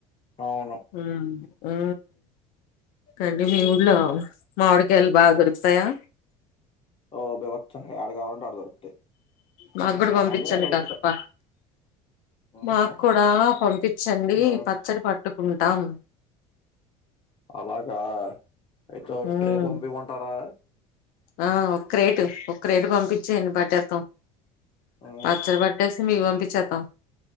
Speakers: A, on the left; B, on the left.
A: అవును
B: ఊ ఊ కంటీ మీ ఊళ్ళో మావిడికాయలు బాగా దొరుకుతాయా.
A: ఓ బిభత్సంగా యాడ కావాలంటే ఆడ దొరుకుతాయి.
B: మాకు కూడా
A: మనదే
B: పంపించండి.
A: ఓపిక
B: కాసపా
A: ఉహు
B: మాకు కూడా పంపించండి
A: ఆ
B: పచ్చడి పట్టుకుంట టామ్
A: అలాగా అయితే
B: మ్మ్
A: ట్రే పంపియమంటారా
B: ఆ ఒక్క క్రేటు ఒక్క క్రేటు పంపించేన్ని పెట్టేద్దాం.
A: ఆ
B: పచ్చడి పెట్టేసి మీకు పంపిచ్చేతాం.